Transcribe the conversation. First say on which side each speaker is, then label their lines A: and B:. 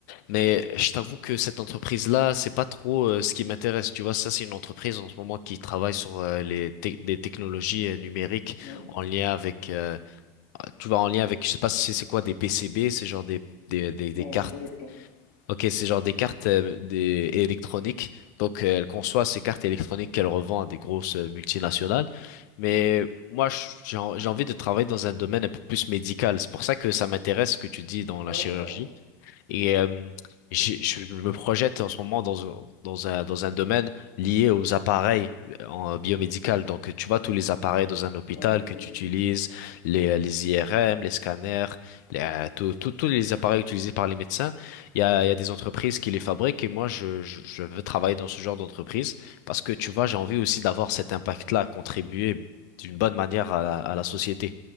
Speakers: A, on the left; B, on the left.
A: Mais je t'avoue que cette entreprise-là, c'est pas trop euh, ce qui m'intéresse. Tu vois, ça, c'est une entreprise en ce moment qui travaille sur euh, les tec- des technologies euh, numériques
B: Oui.
A: en lien avec, euh, tu vois, en lien avec, je sais pas si c'est c'est quoi, des PCB, c'est genre des, des, des,
B: Non,
A: des cartes.
B: je connais pas.
A: Ok, c'est genre des cartes euh, des... électroniques. Donc, euh, elle conçoit ces cartes électroniques qu'elle revend à des grosses euh, multinationales. Mais moi, je- j'ai en- j'ai envie de travailler dans un domaine un peu plus médical. C'est pour ça que ça m'intéresse ce que tu dis dans
B: D'accord.
A: la chirurgie. Et euh, j'ai- je me projette en ce moment dans, un- dans un, dans un domaine lié aux appareils en biomédical. Donc, tu vois, tous les appareils dans un hôpital
B: Oui,
A: que
B: oui,
A: tu utilises, les, euh, les IRM, les scanners, les, euh, tout- tout- tous les appareils utilisés par les médecins, il y a, il y a des entreprises qui les fabriquent et moi, je, je, je veux travailler dans ce genre d'entreprise parce que, tu vois, j'ai envie aussi d'avoir cet impact-là, contribuer d'une bonne manière à
B: ouais,
A: la, à la société.